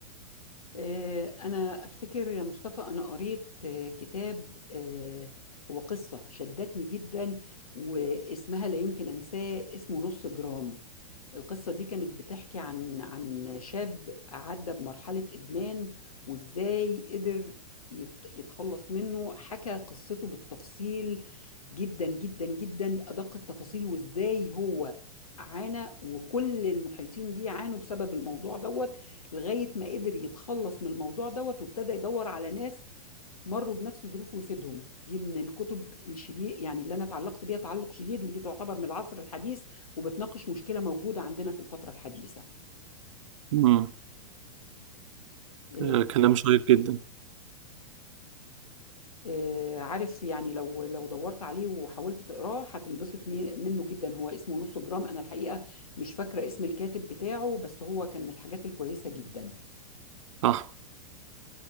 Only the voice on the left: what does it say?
آه، أنا أفتكر يا مصطفى أنا قريت آه، كتاب آه، هو قصة شدتني جدا واسمها لا يمكن أنساه اسمه نص جرام القصة دي كانت بتحكي عن عن شاب عدى بمرحلة إدمان وإزاي قدر يت- يتخلص منه حكى قصته بالتفصيل جدا جدا جدا أدق التفاصيل وإزاي هو عانى وكل المحيطين بيه عانوا بسبب الموضوع دوت لغاية ما قدر يتخلص من الموضوع دوت وابتدى يدور على ناس مروا بنفس ظروفه ويفيدهم دي من الكتب الشديد يعني اللي أنا اتعلقت بيها تعلق شديد ودي تعتبر من العصر الحديث وبتناقش مشكلة موجودة عندنا في الفترة الحديثة
آه،
آه، عارف يعني لو لو دورت عليه وحاولت تقراه هتنبسط مي- منه جدا هو اسمه نص جرام أنا الحقيقة مش فاكرة اسم الكاتب بتاعه بس هو كان من الحاجات الكويسة جدا